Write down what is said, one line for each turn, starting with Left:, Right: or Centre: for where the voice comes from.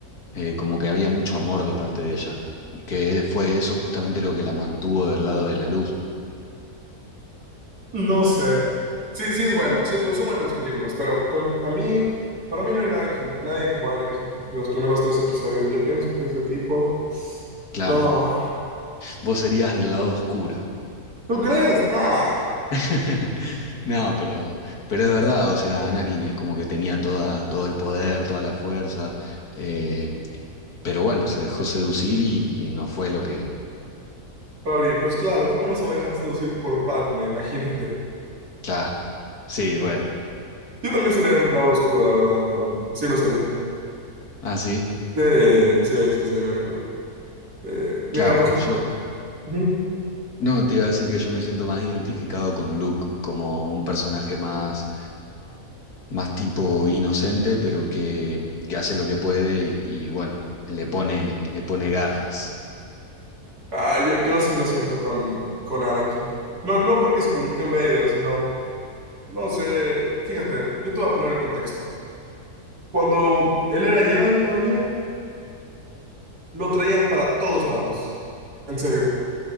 Left: eh, como que había mucho amor de parte de ella. Y que fue eso justamente lo que la mantuvo del lado de la luz.
Right: No sé. Sí, sí es bueno, sí es bueno, son buenas las películas, pero con a mí, para mí no hay nadie como, nadie como Anakin de los primeros tres episodios. Yo pienso que ese tipo,
Left: Claro,
Right: no.
Left: vos serías del lado oscuro.
Right: ¿Tú crees? Nah.
Left: <laughs> No, pero, pero es verdad, o sea, Anakin es como que tenía toda, todo el poder, toda la fuerza, eh, pero bueno, se dejó seducir y, y no fue lo que...
Right: Fabri, pues claro, ¿cómo no se va a dejar seducir por Padme? Imagínate.
Left: Claro, sí, bueno,
Right: Yo también sería un lado oscuro, la verdad, entonces. Sí lo sería.
Left: ah, sí,
Right: Sí, sí, sí, sí. eh, eh, mira,
Left: claro,
Right: por ejemplo.
Left: yo
Right: ujú.
Left: no te iba a decir que yo me siento más identificado con Luke como un personaje más, más tipo inocente, pero que, que hace lo que puede y, y bueno, le pone, le pone garras.
Right: Ah, yo, yo sí me siento con, con Anakin. No, no porque se convirtió en Vader, sino. No sé, fíjate, yo te voy a poner el contexto. Cuando él era Jedi todavía, lo traían para todos lados. En serio,